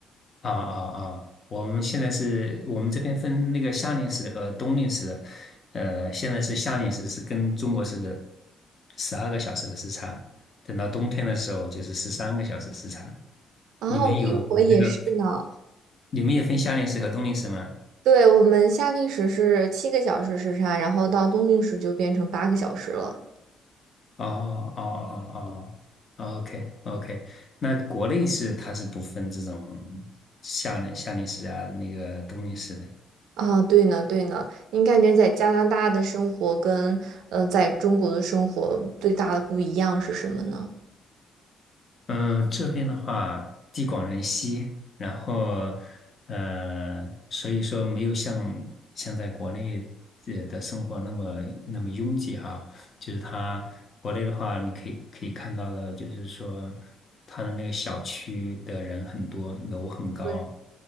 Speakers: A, on the left; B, on the right.
A: 啊啊啊！我们现在是我们这边分那个夏令时和冬令时，呃，现在是夏令时是跟中国是十二个小时的时差，等到冬天的时候就是十三个小时时差。
B: 哦，
A: 你们有你们那个，
B: 英国也是呢。
A: 你们也分夏令时和冬令时吗？
B: 对，我们夏令时是七个小时时差，然后到冬令时就变成八个小时了。
A: 哦哦哦哦，OK OK，那国内是它是不分这种夏令夏令时啊，那个冬令时的。
B: 啊，对呢，对呢，你感觉在加拿大的生活跟呃在中国的生活最大的不一样是什么呢？
A: 嗯，这边的话，地广人稀，然后，呃，所以说没有像像在国内呃的生活那么那么拥挤哈。就是它国内的话，你可以可以看到的，就是说它的那个小区的人很多，楼很高，
B: 对，